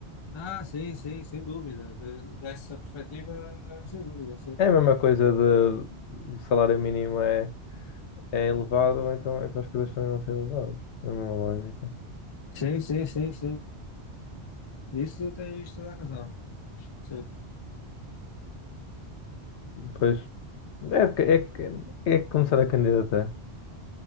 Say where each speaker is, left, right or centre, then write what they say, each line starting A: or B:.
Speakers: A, on the left; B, on the left.
A: Ah, sim, sim, sem dúvida. De- dessa perspectiva, sem dúvida, sim.
B: É a mesma coisa de o salário mínimo é, é elevado, então, então as coisas também vão ser elevadas. É a mesma lógica.
A: Sim, sim, sim, sim. Nisso tens toda a razão. Sim.
B: Pois é, que- é, que- é que começar a candidatar